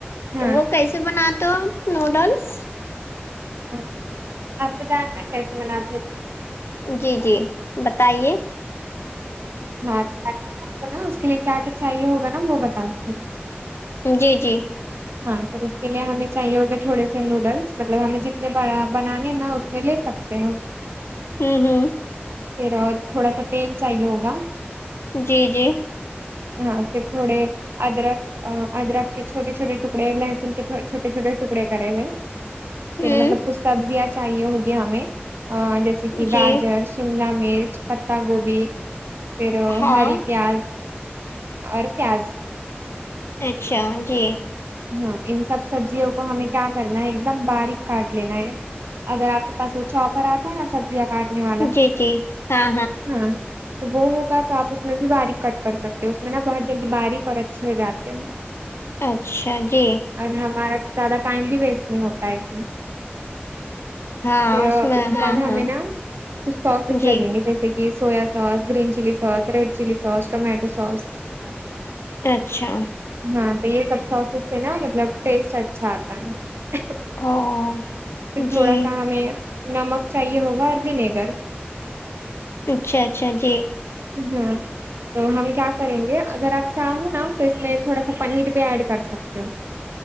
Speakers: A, on the left (about 80°); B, on the right (about 70°).
A: تو
B: ہاں
A: وہ کیسے بناتے ہو آپ نوڈلس
B: ہ آپ کو جاننا کیسے بناتے سو
A: جی جی بتائیے
B: ہاں آپ کو نا اس کے لیے کیا کیا چاہیے ہوگا نا وہ بتا تی
A: جی جی
B: ہاں تو اس کے لیے ہمیں چاہیے ہوگے تھوڑے سے نوڈلس مطلب ہمیں جتنے بنانے ہیں نا اتنے لے سکتے ہیں
A: ہوں ہوں
B: پھر اور تھوڑا سا تیل چاہیے ہوگا
A: جی جی
B: ہاں پھر تھوڑے ادرک ادرک کے چھوٹے چھوٹے ٹکڑے لہسن کے چھوٹے چھوٹے ٹکڑے کرے ہوئے پھر
A: ہوں
B: مطلب کچھ سبزیاں چاہیے ہوںگی ہمیں جیسے کہ
A: جی
B: گاجر شملہ مرچ پتتا گوبھی پھر
A: ہاں
B: ہری پیاز اور پیاز
A: اچھا جی
B: ہاں ان سب سبزیوں کو ہمیں کیا کرنا ہے ایک دم باریک کاٹ لینا ہے اگر آپ کے پاس وہ چاپر آتا ہے نا سبزیاں کاٹنے والا
A: جی جی ہاں
B: ہاں تو وہ ہوگا تو آ اس میں بھی باریک کٹ کر سکتے ہو اس میں نا بہت جلدی باریک اور اچھے ہو جاتے ہیں
A: اچھا جی
B: اور ہمارا زیادہ ٹائم بھی ویسٹ نہیں ہوتا ہے اس میں
A: ہاں
B: پھر اس
A: میں
B: کے
A: ہاں
B: بعد ہمیں
A: ہاں
B: نا کچھ سوسز
A: جی
B: لگیں گے جیسے جیسے کہ soya sauce green chilli sauce red chilli sauce tomato sauce
A: اچھا
B: ہاں تو یہ سب سوسز سے نا مطلب ٹیسٹ اچھا آتا ہے پھر
A: او
B: تھوڑا
A: جی
B: سا ہمیں نمک چاہیے ہوگا اور ونیگر
A: اچھا اچھا جی
B: ہاں تو ہم کیا کریں گے اگر آپ چاہو نا تو اس میں تھوڑا سا پنیر بھی ایڈ کر سکتے ہو